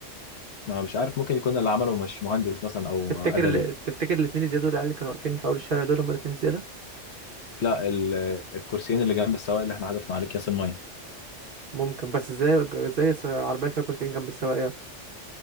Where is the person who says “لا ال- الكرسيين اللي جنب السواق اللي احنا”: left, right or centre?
Left